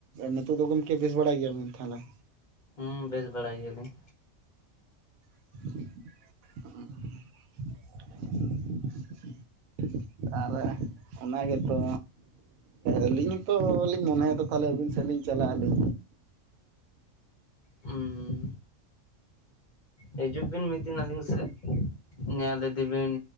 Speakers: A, on the right; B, on the left.
A: ᱱᱤᱛᱚᱜ ᱫᱚ ᱜᱚᱢᱠᱮ, ᱵᱮᱥ ᱵᱟᱲᱟᱭ ᱜᱤᱭᱟᱵᱮᱱ ᱛᱟᱦᱚᱞᱮ?
B: ᱦᱩᱸ ᱵᱮᱥ ᱵᱟᱲᱟ ᱜᱮᱭᱟᱞᱤᱧ᱾
A: ᱦᱩᱸ <unintelligible> ᱠᱟᱨᱮ ᱚᱱᱟ ᱜᱮᱛᱚ, ᱟᱹᱞᱤᱧ ᱦᱚᱸᱛᱚ ᱞᱤᱧ ᱢᱚᱱᱮ ᱫᱟ ᱛᱟᱦᱚᱞᱮ ᱟᱹᱵᱤᱱ ᱥᱮᱫ ᱞᱤᱧ ᱪᱟᱞᱟᱜ ᱟᱹᱞᱤᱧ᱾
B: ᱦᱩᱸ, ᱦᱤᱡᱩᱜ ᱵᱤᱱ ᱢᱤᱫ ᱫᱤᱱ ᱟᱹᱞᱤᱧ ᱥᱮᱫ, ᱧᱮᱞ ᱤᱫᱤ ᱵᱤᱱ,